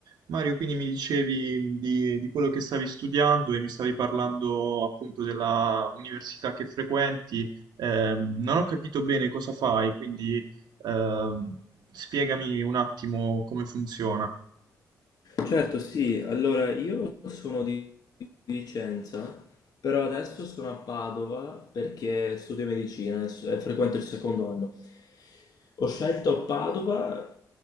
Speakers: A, on the right; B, on the left.
A: Mario, quindi mi dicevi di, di quello che stavi studiando e mi stavi parlando appunto della università che frequenti. Ehm, non ho capito bene cosa fai, quindi ehm, spiegami un attimo come funziona.
B: Certo, sì. Allora, io sono di Vicenza, però adesso sono a Padova perché studio medicina e s- e frequento il secondo anno. Ho scelto Padova